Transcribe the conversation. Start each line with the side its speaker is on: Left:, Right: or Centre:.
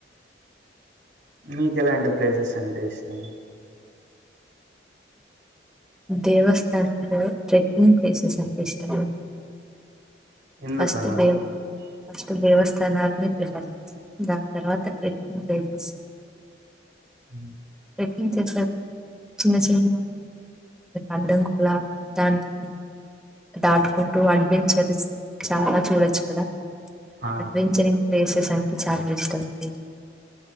Right: మీకు ఎలాంటి ప్లేసెస్ అంటే ఇష్టం
Centre: దేవస్థానంలో టేకింగ్ ప్లేసెస్ అంటే ఇష్టం
Right: ఎందుకలా
Centre: ఫస్ట్ దేవుడు ఫస్ట్ దేవస్థా తనాలని <unintelligible> దాని తర్వాత టేకింగ్ ప్లేసెస్
Right: హ
Centre: ఏం చేసర్ చిన్న చిన్న అడ్డం కూడాలా దాన్ని దాటుకుంటూ అడ్వెంచర్స్ చాలా చూడచ్చు కదా
Right: ఆ
Centre: అడ్వెంచరింగ్ ప్లేసెస్ అంటే చాలా ఇష్టం ది